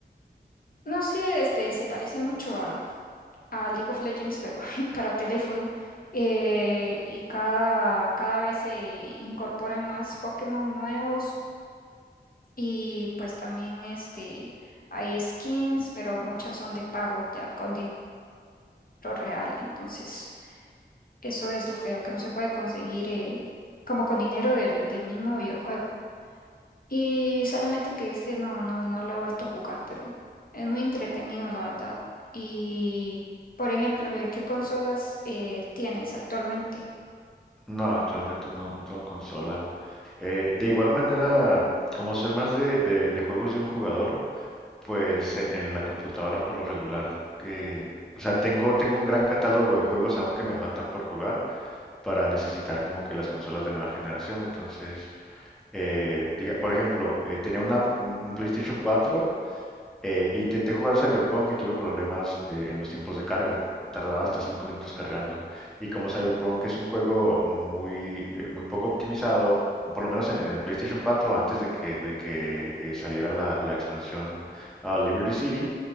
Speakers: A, on the left; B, in the centre.
A: No sé, este se parece mucho a, a League of Legends, pero <laughs> para teléfono. Eh, y cada, cada vez se incorporan más Pokémon nuevos y pues también este hay skins, pero muchas son de pago, ya con dinero real. Entonces, eso es lo feo, que no se puede conseguir eh, como con dinero del, del mismo videojuego. Y solamente que este no, no, no lo he vuelto a jugar, pero es muy entretenido, la verdad. Y, por ejemplo, ¿de ¿qué consolas eh, tienes actualmente?
B: No, actualmente no, no tengo consola. Eh, de igual manera, como soy más de, de- de juegos de un jugador, pues en, en la computadora por lo regular que... O sea, tengo, tengo un gran catálogo de juegos aún que me faltan por jugar para necesitar como que las consolas de nueva generación. Entonces, eh, diga, por ejemplo, eh, tenía una, un un PlayStation 4 eh, intenté jugar Cyberpunk y tuve problemas de- en los tiempos de carga. Tardaba hasta 5 minutos cargando. Y como Cyberpunk es un juego muy, eh, muy poco optimizado, por lo menos en, en el PlayStation 4, antes de que, de que eh, saliera la, la expansión ah, Liberty City,